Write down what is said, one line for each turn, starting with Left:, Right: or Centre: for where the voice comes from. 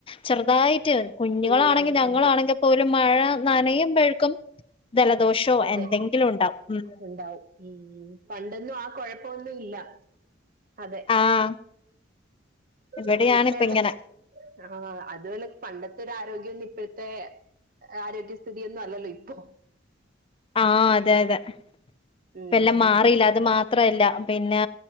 Left: ചെറുതായിട്ട് കുഞ്ഞുങ്ങളാണെങ്കി
Right: ഇപ്പം നല്ല
Left: ഞങ്ങളാണെങ്കിപോലും
Right: മതി
Left: മഴ നനയുമ്പെഴ്ക്കും ദലദോഷോ
Right: അതെ
Left: എന്തെങ്കിലും ഉണ്ടാവും ഉമ്
Right: ഉണ്ടാവും ഉം പണ്ടൊന്നും ആ കൊഴപ്പൊന്നു ഇല്ല അതെ
Left: ആഹ് ഇവിടെയാണിപ്പ
Right: അതെ ഇപ്പെല്ല
Left: ഇങ്ങനെ
Right: ആഹ് അതുവല്ല പണ്ടത്തെ ഒരു ആരോഗ്യംല്ല ഇപ്പഴ്ത്തെ ആരോഗ്യസ്ഥിതിയൊന്നു അല്ലല്ലോ ഇപ്പൊ
Left: ആഹ് അതെ അതെ ഇപ്പ
Right: ഉം
Left: എല്ലാം മാറിയില
Right: ഉം
Left: അത് മാത്രല്ല പിന്നെ